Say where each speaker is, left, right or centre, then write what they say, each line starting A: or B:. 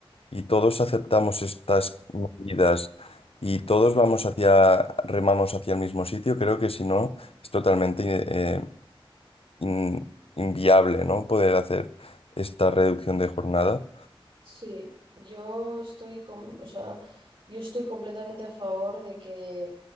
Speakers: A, on the left; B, on the right.
A: y todos aceptamos estas medidas y todos vamos hacia, remamos hacia el mismo sitio, creo que si no es totalmente eh, in- inviable, ¿no? Poder hacer esta reducción de jornada.
B: Sí, yo estoy com- o sea, yo estoy completamente a favor de que,